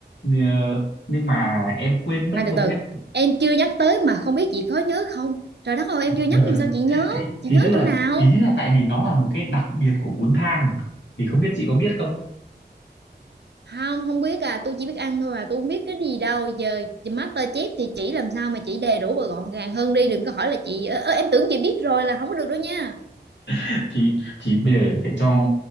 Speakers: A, on the left; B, on the right.
A: Ờ, nhưng mà em quên mất
B: khoan
A: không
B: từ từ
A: nhắc
B: em chưa nhắc tới mà không biết chị có nhớ không trời đất ơi em
A: <laughs>
B: chưa nhắc mà sao chị nhớ
A: thì,
B: chị
A: thì
B: nhớ
A: tức là
B: chỗ nào
A: ý là tại vì nó là một cái đặc biệt của bún thang thì không biết chị có biết không
B: không không biết à tôi chỉ biết ăn thôi à tôi không biết cái gì đâu giờ master chef thì chỉ làm sao mà chỉ đầy đủ và gọn gàng hơn đi đừng có hỏi là chị ơ, ơ, em tưởng chị biết rồi là không có được đâu nha
A: <laughs> thì thì bây giờ phải cho